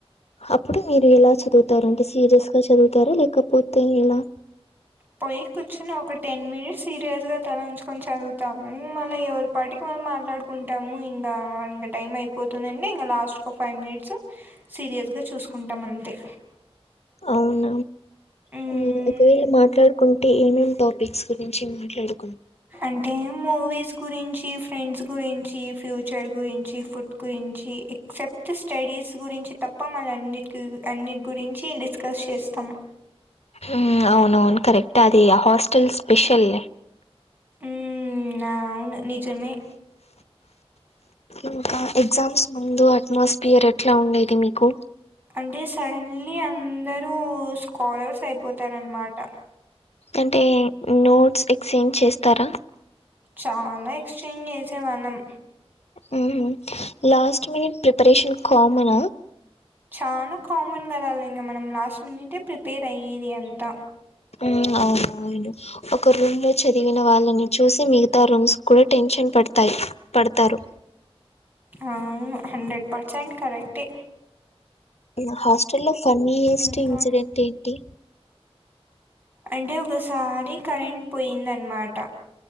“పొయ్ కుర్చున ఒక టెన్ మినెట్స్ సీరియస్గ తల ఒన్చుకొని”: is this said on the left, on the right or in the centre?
Right